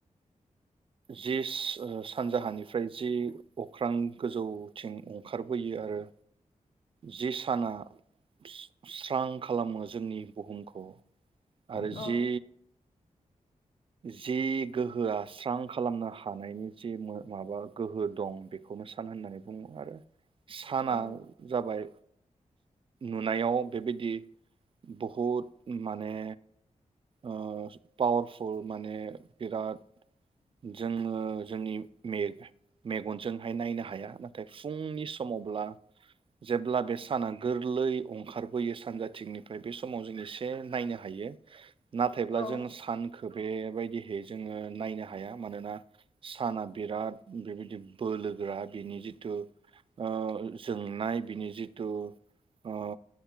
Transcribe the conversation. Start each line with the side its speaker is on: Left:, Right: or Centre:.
Right: जिस ओ सानजाहानिफ्राय जि अख्रां गोजौथिं अंखारबोयो आरो जि साना <unintelligible> स्रां खालामो जोंनि बुहुमखौ आरो
Left: औ
Right: जि जि गोहोआ स्रां खालामनो हानायनि जि मो माबा गोहो दं बेखौनो सान होननानै बुङो आरो साना
Left: औ
Right: जाबाय नुनायाव बेबायदि बहुद माने ओ पावारफुल माने बिराद जोङो जोंनि मे-मेगनजोंहाय नायनो हाया नाथाय फुंनि समावब्ला जेब्ला बे साना गोरलै अंखार बोयो सानजाथिंनिफ्राय बे स माव जों एसे नायनो हायो। नाथायब्ला
Left: औ
Right: जों सानखो बेबायदिहै जोङो नायनो हाया, मानोना साना बिराद बेबायदि बोलोग्रा बिनि जि तु, ओ जोंनाय बिनि जिथु ओ